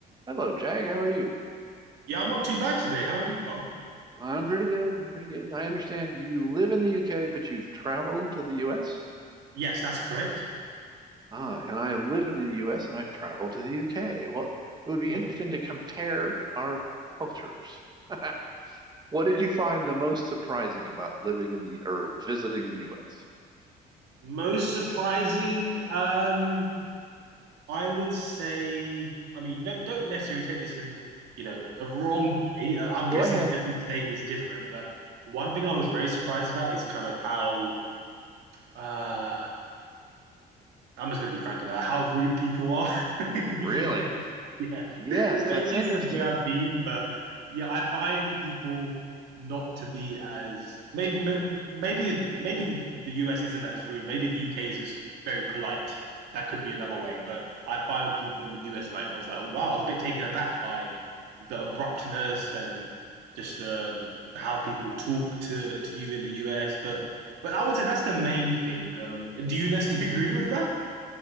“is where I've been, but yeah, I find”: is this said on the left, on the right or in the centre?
Right